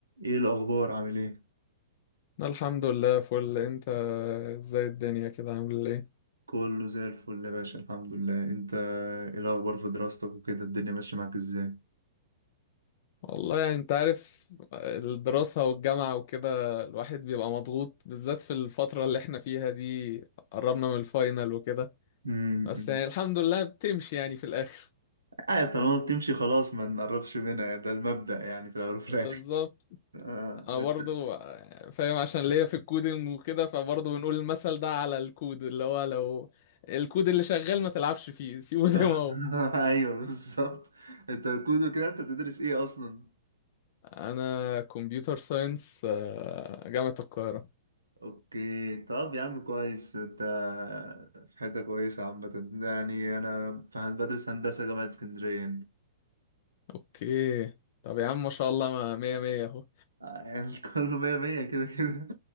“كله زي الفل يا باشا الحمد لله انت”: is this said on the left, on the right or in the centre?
Right